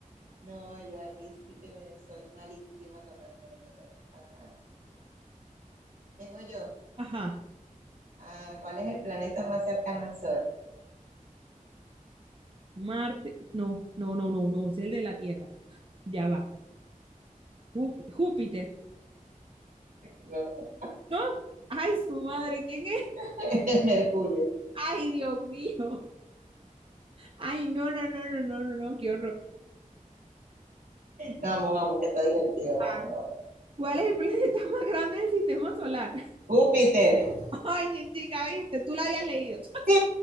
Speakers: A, on the right; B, on the right.
A: No, yo ahí sí que me, soy malísima con los números. Ajá. Tengo yo.
B: Ajá,
A: Ah, ¿Cuál es el planeta más cercano al Sol?
B: Marte, no, no, no, no, no, ese es el de la Tierra, ya va, Jú- Júpiter,
A: No.
B: ¿no? Ay, su madre, ¿quién es?
A: <laughs> El Mercurio.
B: Ay, Dios mío, ay, no, no, no, no, no, no, no, qué horror.
A: No, vamos, vamos, que está divertido,
B: Ah,
A: vamos, vamos.
B: ¿Cuál es el planeta más grande del sistema solar?
A: Júpiter.
B: <laughs> Ay, chica, viste, tú la habías leído.
A: Sí,